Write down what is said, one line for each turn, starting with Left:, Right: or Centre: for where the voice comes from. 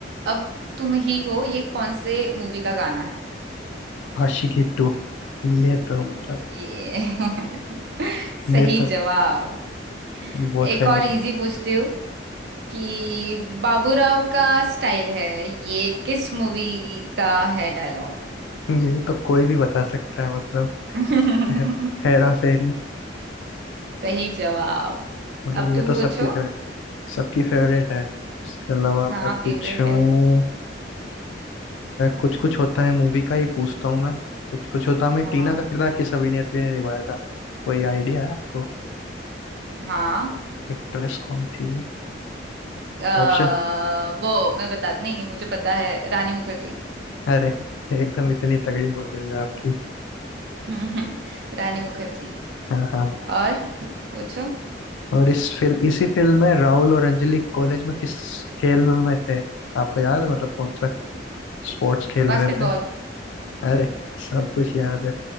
Right: अब तुम ही हो ये कौन से मूवी का गाना है
Left: आशिकी टू ये तो मतलब
Right: ये <laughs> सही
Left: ये तो
Right: जवाब
Left: बहुत
Right: एक
Left: फेमस
Right: और इजी
Left: है।
Right: पूछती हूँ कि बाबूराव का स्टाइल है ये किस मूवी का है डायलॉग
Left: ये तो कोई भी बता सकता है मतलब
Right: <laughs>
Left: हे, हेरा फेरी
Right: सही जवाब
Left: मतलब
Right: अब तुम
Left: ये तो
Right: पूछो
Left: सबकी फेवरेट सबकी फेवरेट है इसके अलावा
Right: हाँ
Left: मैं
Right: फेवरेट
Left: पूछूं
Right: है
Left: कुछ कुछ होता है मूवी का ही पूछता हूँ मैं कुछ कुछ होता है में टीना
Right: हाँ
Left: का किरदार किस अभिनेत्री ने निभाया था कोई आइडिया है आपको
Right: हाँ
Left: एक्ट्रेस कौन थी
Right: आ,
Left: ऑप्शन
Right: वो मैं बता नहीं नहीं मुझे पता है रानी मुखर्जी
Left: अरे एकदम इतनी तगड़ी नॉलेज है आपकी
Right: <laughs> रानी मुखर्जी
Left: हाँ हाँ
Right: और पूछो
Left: और इस फिल्म इसी फिल्म में राहुल और अंजलि कॉलेज में किस खेल में में थे आपको याद है मतलब कौन सा स्पोर्ट्स खेल
Right: बास्केटबॉल
Left: रहे थे अरे सब कुछ याद है